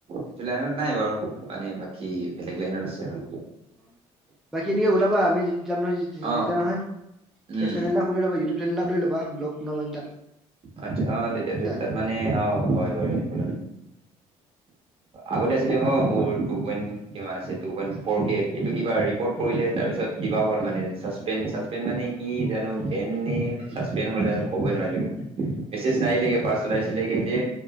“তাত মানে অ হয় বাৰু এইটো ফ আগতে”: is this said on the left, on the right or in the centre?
Right